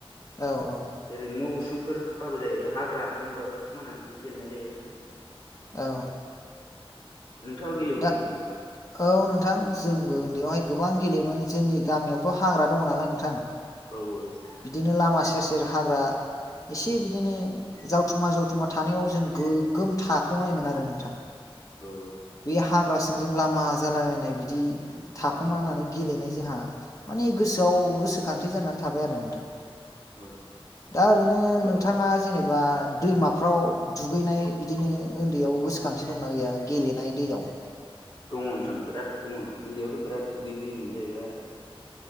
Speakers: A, on the left; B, on the left.
A: औ औ
B: जेरै नो सिुखुंफोरबाबो जायो हाग्रा बंग्राायाव थाखोमानानै गेलेनाय जायो आरोखि
A: औ
B: नोंथाङाबो गेलेबोखांबायमोन
A: दा
B: नामा
A: औ नोंथां जोंबो उन्दैयावहाय गोबां गेलेयोमोन जोंनि गामियावथ' हाग्रा दङ नालाय नोंथां
B: औ औ
A: बिदिनो लामा सेर सेर हाग्रा एसे बिदिनो जावथुमा जावथुमा थानायाव जों गोगोम थाखोमायोमोन आरो नोंथां
B: औ
A: बे हाग्रासिमजों लामा जालायलायनाय बिदि थाखोमानानै
B: उम
A: गेले जोंहा माने गोसोआव गोसोखांथि जानानै थाबाय आरो नोंथां
B: औ
A: दा ओरैनो
B: बिदिबा
A: नोंथाङा जेनेबा बा दैमाफ्राव दुगैनाय बिदिनो उन्दैयाव गोसोखांथि दंना गैया गेले नाय दैयाव
B: दङ नोंथां बिराद दङ उन्दैयावथ' बिराद दुगैबोयोमोन जाहैबाय